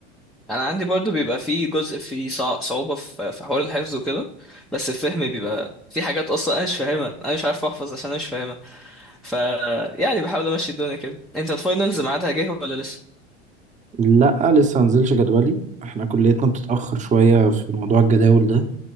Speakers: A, in the centre; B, on the right (about 20°).
A: انا عندي برضو بيبقى في جزء في صع- صعوبة في في حوار الحفظ وكده بس الفهم بيبقى في حاجات اصلا انا مش فاهمها انا مش عارف احفظ عشان انا مش فاهمها ف يعني بحاول امشي الدنيا كده انت الفاينلز ميعادها جه ولا لسه
B: لأ لسه منزلش جدولي احنا كليتنا بتتأخر شوية في موضوع الجداول ده